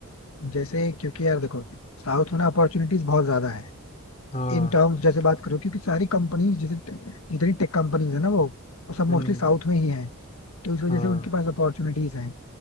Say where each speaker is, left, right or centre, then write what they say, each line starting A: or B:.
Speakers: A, on the left (about 75°); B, on the left (about 30°).
A: जैसे क्योंकि यार देखो साउथ में ना अपॉर्चुनिटीज बहुत ज्यादा है
B: हाँ
A: इन टर्म्स जैसे बात करो क्योंकि सारी कंपनीज जैसे जितनी टेक कंपनीज है ना वो वो सब मोस्टली
B: हम्म
A: साउथ में ही है तो इस वजह
B: हाँ
A: से उनके पास अपॉर्चुनिटीज हैं